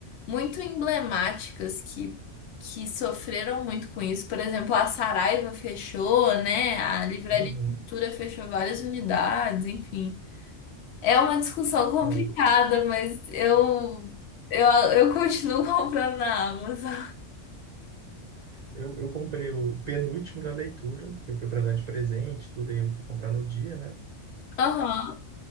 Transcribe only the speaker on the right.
uhum,
é.
Eu, eu comprei o penúltimo na leitura, que foi para dar de presente, tudo aí eu fui comprar no dia, né?